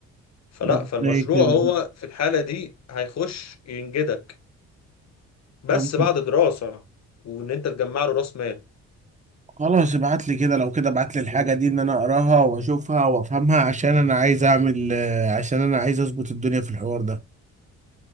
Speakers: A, on the left; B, on the right.
A: فلا
B: ربنا
A: فالمشروع
B: يكرم
A: هو في الحالة دي هيخش ينجدك بس
B: والله.
A: بعد دراسة وان انت تجمع له راس مال
B: خلاص ابعت لي كده لو كده ابعت لي الحاجة دي ان انا اقراها واشوفها وافهمها عشان انا عايز اعمل آه، عشان انا عايز اظبط الدنيا في الحوار ده